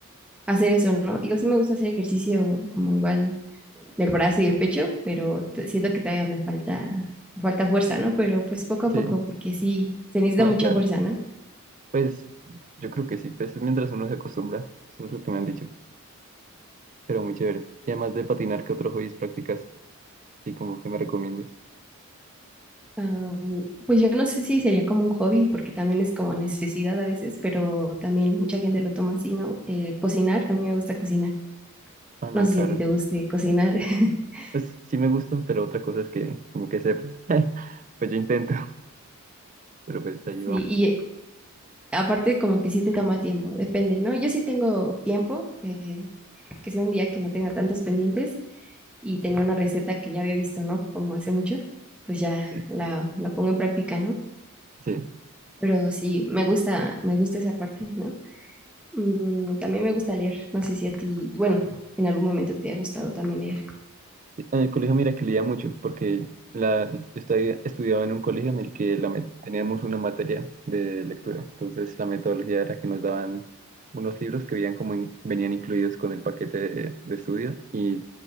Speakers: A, in the centre; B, on the right.
A: hacer eso, ¿no? Digo, sí me gusta hacer ejercicio como igual del brazo y el pecho, pero t- siento que todavía me falta, me falta fuerza, ¿no? Pero pues poco a
B: Sí,
A: poco, porque sí, se necesita
B: no,
A: mucha
B: claro,
A: fuerza, ¿no?
B: pues yo creo que sí, pues es mientras uno se acostumbra, eso es lo que me han dicho, pero muy chévere. Y además de patinar, ¿qué otros hobbies practicas? Sí, como que me recomiendes.
A: Am, pues yo no sé si sería como un hobby, porque también es como necesidad a veces, pero también mucha gente lo toma así, ¿no? Eh, cocinar, a mí me gusta cocinar.
B: Ah, no,
A: No sé
B: claro.
A: si a ti te guste cocinar. <laughs>
B: Pues sí me gustan, pero otra cosa es que como que se... <laughs> pues yo intento, <laughs> pero pues ahí vamos.
A: Sí, y eh, aparte como que sí te toma tiempo, depende, ¿no? Yo sí tengo tiempo, eh, que sea un día que no tenga tantos pendientes y tenía una receta que ya había visto, ¿no? Como hace mucho, pues ya
B: Sí.
A: la, la pongo en práctica, ¿no?
B: Sí.
A: Pero sí, me gusta, me gusta esa parte, ¿no? Mm, también me gusta leer. No sé si a ti, bueno, en algún momento te ha gustado también leer.
B: Sí, En el colegio mira que leía mucho, porque la, yo estaba- estudiaba en un colegio en el que la, met- teníamos una materia de lectura. Entonces la metodología era que nos daban unos libros que veían como in- venían incluidos con el paquete de, de estudio y